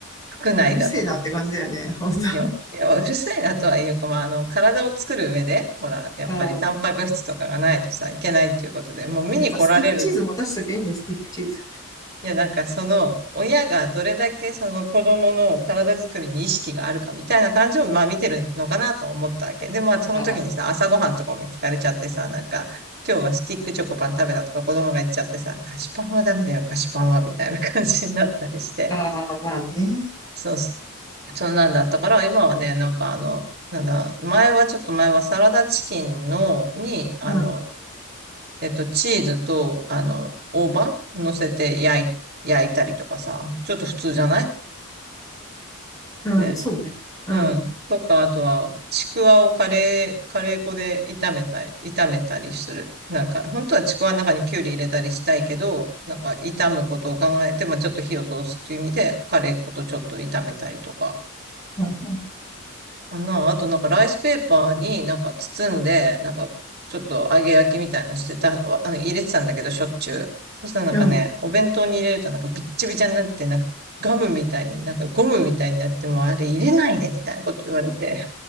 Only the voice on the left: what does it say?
うるせえなって感じだよね、ほんと。あ
あ、
やっぱスティックチーズ持たしときゃいいんだよ、スティックチーズ。
あ
あ、ああ、まあね。
うん、
うん、
そうね。うん。
うん。
うん